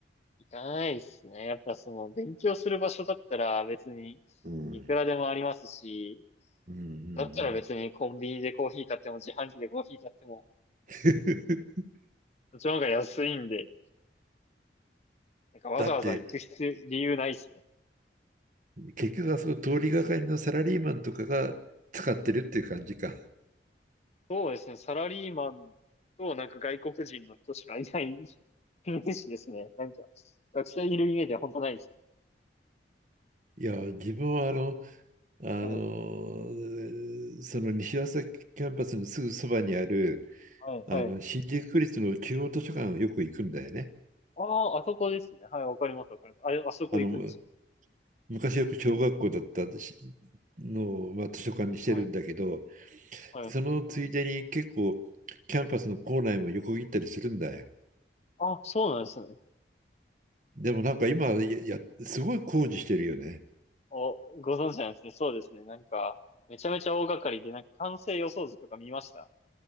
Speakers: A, on the left; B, on the right.
A: 行かないですね。やっぱその、勉強する場所だったら別に、
B: うん。
A: いくらでもありますし、
B: うんうんう
A: だったら別にコンビニでコーヒー買っても、
B: ん。
A: 自販機でコーヒー買っても、
B: <laughs>
A: そっちの方が安いんで、なんかわざわざ行く必要、
B: だって、
A: 理由ないですね。
B: 結局あそこ通りがかりのサラリーマンとかが使ってるっていう感じか。
A: そうですね。サラリーマンと、なんか外国人の人しかいない <laughs> イメージですね。なんか、学生いるイメージは本当ないです。
B: いや、自分はあの、あの、
A: はい、
B: その西朝キャンパスのすぐそばにある、
A: はい、
B: あの、
A: はい。
B: 新宿区立の中央図書館をよく行くんだよね。
A: ああ、あそこですね。はい、わかります、わかります。あれ、あそこ行くんですね。
B: あの、昔よく小学校だったしのを、まあ、図書館にしてるんだけど、
A: はい、はい。
B: そのついでに結構キャンパスの構内も横切ったりするんだよ。
A: あ、そうなんですね。
B: でもなんか今、いや、すごい工事してるよね。
A: お、ご存知なんですね。そうですね。なんか、めちゃめちゃ大掛かりで、なんか完成予想図とか見ました